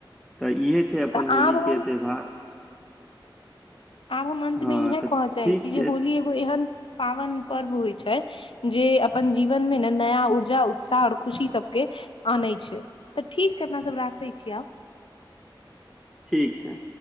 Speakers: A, in the centre; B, on the left.
A: तऽ इहे छै अपन
B: तऽ
A: होली
B: आब हम
A: के त्यौहार
B: आब हम अंत
A: हँ
B: में इहे
A: तऽ
B: कहऽ चाहे
A: ठीक
B: छी जे
A: छै
B: होली एगो एहन पावन पर्व होइ छै जे अपन जीवन मे न नया ऊर्जा उत्साह ओर खुशी सबके आनै छै तऽ ठीक छै अपना सब राखे छीय आब
A: ठीक छै